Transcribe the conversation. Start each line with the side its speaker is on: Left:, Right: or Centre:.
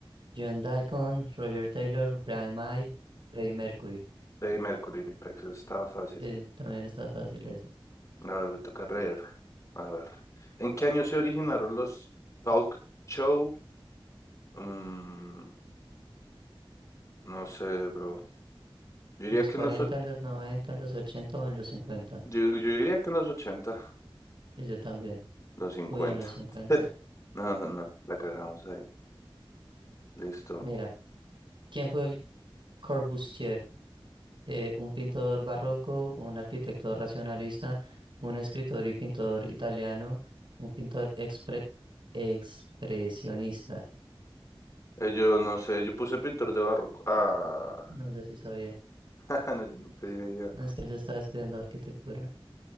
Right: John Deacon, Roger Taylor, Brian May, Freddie Mercury.
Left: Freddie Mercury, mi pex, estaba fácil.
Right: Sí, también está fácil esa.
Left: A ver, me toca leer. A ver. ¿En qué año se originaron los talk show? Mm, no sé, bro. Yo diría
Right: ¿En los
Left: que
Right: 40,
Left: en los, och-
Right: en los 90, en los 80 o en los 50?
Left: yo, yo diría que en los 80
Right: Sí, yo también.
Left: los cincuenta
Right: Uy, en los 50.
Left: No, no, no, la cagamos ahí. Listo.
Right: Mira, ¿quién fue el Corbusier? eh, un pintor barroco, un arquitecto racionalista, un escritor y pintor italiano, un pintor expre- expresionista.
Left: Eh, yo no sé, yo puse pintor de barroco. Ah,
Right: No, yo sí sabía.
Left: <laughs> no, yo no tenía idea.
Right: No, Es que yo estaba estudiando arquitectura.